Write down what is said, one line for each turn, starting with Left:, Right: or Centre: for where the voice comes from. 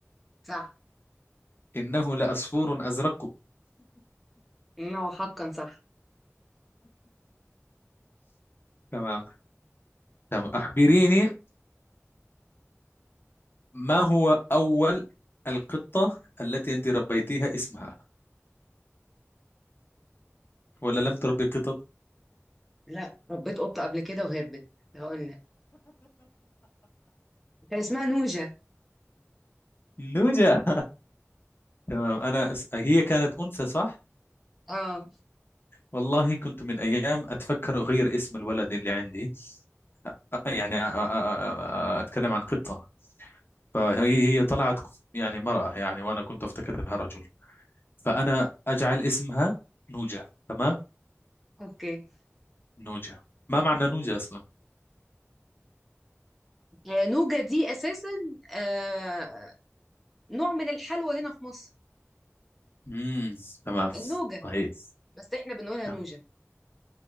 Centre: صح
Left: إنه لعصفور أزرق
Centre: إن هو حقا صح
Left: تمام تمام أخبريني ما هو أول القطة التي أنت ربيتيها اسمها ولا لم تربي قطط
Centre: لا ربيت قطة قبل كده وهربت هقول لك كان اسمها نوجة
Left: نوجا تمام أنا أس... هي كانت أنثى صح
Centre: اه
Left: والله كنت من أيام أتفكر أغير اسم الولد اللي عندي أ- يعني أ- أ- أ- أ- أتكلم عن قطة فهي هي طلعت يعني مرأة يعني وأنا كنت أفتكرها رجل فأنا أجعل اسمها نوجا تمام
Centre: اوكي
Left: نوجا ما معنى نوجا أصلا
Centre: آه، نوجة دي اساسا آه نوع من الحلوى هنا في مصر
Left: امم تمام
Centre: النوجة
Left: طيب
Centre: بس احنا بنقولها
Left: تمام
Centre: نوجة